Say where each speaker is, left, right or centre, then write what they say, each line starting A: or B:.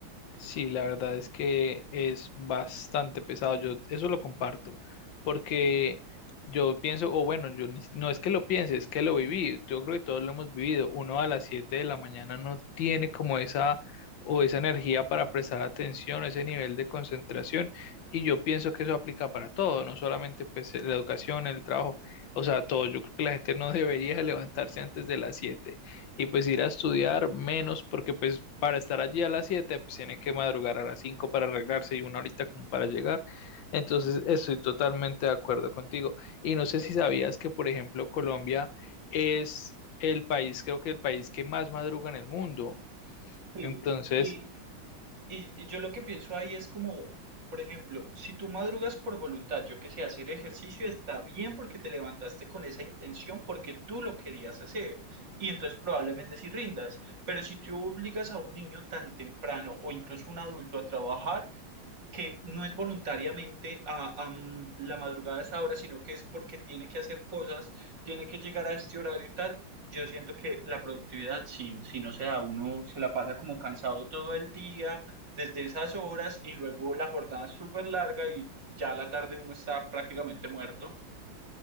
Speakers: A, on the left (about 65°); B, on the right (about 60°).
A: Sí, la verdad es que es bastante pesado. Yo eso lo comparto, porque yo pienso, o bueno, yo ni si- no es que lo piense, es que lo viví. Yo creo que todos lo hemos vivido. Uno a las 7 de la mañana no tiene como esa o esa energía para prestar atención, ese nivel de concentración. Y yo pienso que eso aplica para todo, no solamente pues la educación, el trabajo, o sea, todo. Yo creo que la gente no <laughs> debería levantarse antes de las 7 y pues ir a estudiar menos, porque pues para estar allí a las 7 pues tiene que madrugar a las 5 para arreglarse y una horita como para llegar. Entonces, estoy totalmente de acuerdo contigo. Y no sé
B: Eh,
A: si sabías
B: eh,
A: que, por ejemplo, Colombia es el país, creo que el país que más madruga en el mundo.
B: sí,
A: Entonces,
B: y, Y, y yo lo que pienso ahí es como, por ejemplo, si tú madrugas por voluntad, yo que sé, hacer ejercicio está bien porque te levantaste con esa intención, porque tú lo querías hacer, y entonces probablemente sí rindas, pero si tú obligas a un niño tan temprano o incluso un adulto a trabajar, que no es voluntariamente a, a, mm, la madrugada a esa hora, sino que es porque tiene que hacer cosas, tiene que llegar a este horario y tal. Yo siento que la productividad, si, si no se da, uno se la pasa como cansado todo el día, desde esas horas, y luego la jornada es súper larga y ya a la tarde uno está prácticamente muerto. <laughs>